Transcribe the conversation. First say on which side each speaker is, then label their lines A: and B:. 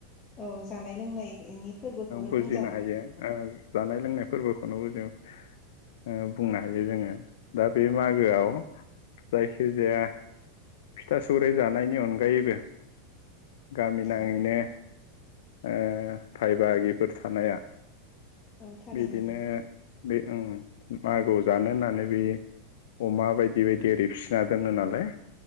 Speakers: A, on the left (about 20°); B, on the left (about 70°).
A: औ जानाय लोंनाय इनि फोरबोखौनो
B: बुजिनो
A: बुंजागोन।
B: हायो ओ जानाय लोंनाय फोरबोखौनो जों ओ बुंनो हायो जोङो दा बे मागोआव जायखिजाया फिथा सौराइ जानायनि अनगायैबो गामि
A: औ
B: नाङैनो ओ भाय बाहागिफोर थानाया
A: औ थारैनो
B: बिदिनो बे ओं मागोआव जानो होननानै बेयो अमा बायदि बायदि एरि फिना दोनो नालाय